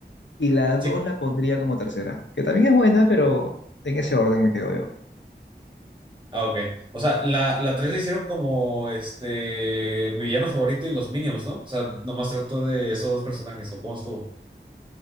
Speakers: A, on the left; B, on the right.
A: Y la dos
B: Sí.
A: la pondría como tercera, que también es buena, pero en ese orden me quedo yo.
B: Ah, ok. O sea, la, la 3 la hicieron como este mi villano favorito y los Minions, ¿no? O sea, nomás trató de esos dos personajes, ¿o cómo estuvo?